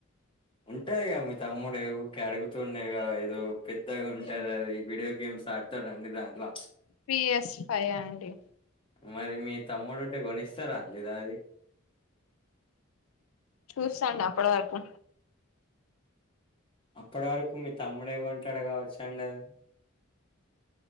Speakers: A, on the left; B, on the left.
A: ఉంటదిగా మీ తమ్ముడు ఎ అడుగుతూ ఉండేగా ఏదో పెద్దగా ఉంటది అది వీడియో గేమ్ సాడ్త రండి దాంట్ల
B: పిఎస్ ఫై ఆ అండి
A: మరి మీ తమ్ముడు ఉంటే గోనిస్తారా అండి అది
B: చూసాండి అప్పడ్వరకు
A: అప్పటి వరకు మీ తమ్ముడే కొంటాడు కావచ్చా అండి అది